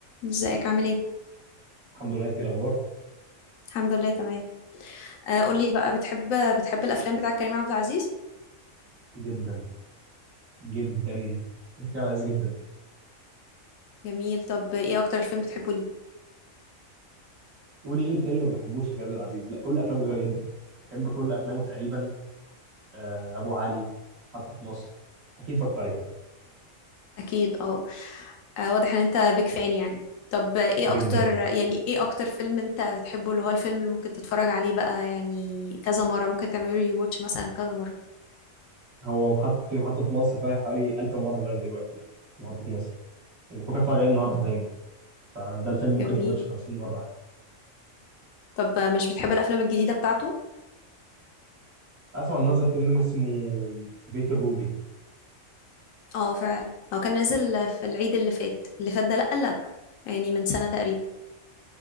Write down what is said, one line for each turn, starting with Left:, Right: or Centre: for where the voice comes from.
Left: ازيك عامل ايه
Right: الحمد لله انت ايه الاخبار
Left: الحمد لله تمام آه قولي بقى بتحب بتحب الافلام بتاعت كريم عبد العزيز
Right: جدا جدا بحب كريم عبد العزيز جدا
Left: جميل طب ايه اكتر فيلم بتحبه ليه
Right: قولي ايه الفيلم اللي ما بحبوش لكريم عبد العزيز لا كل افلامه جميله جدا بحب كل افلامه تقريبا آه، ابو علي محطه مصر اكيد اتفرجت عليهم
Left: اكيد اه آه، واضح ان انت بيك فان يعني طب ايه
Right: جدا
Left: اكتر يعني ايه اكتر فيلم انت بتحبه اللي هو الفيلم اللي ممكن تتفرج عليه بقى يعني كذا مرة ممكن تعمله ري واتش مثلا كذا مرة
Right: هو محط في محطه مصر فيها حوالي 1000 مره لغايه دلوقتي محطه مصر وبفكر اتفرج عليه النهارده تاني فده الفيلم ممكن
Left: جميل
Right: اروتش 50 مره عادي
Left: طب آه، مش بتحب الافلام الجديدة بتاعته
Right: اسمع إن نزل فيلم اسمه بيت الروبي
Left: اه فعلا هو كان نازل في العيد اللي فات اللي فات ده لا اللي قبله يعني من سنة تقريبا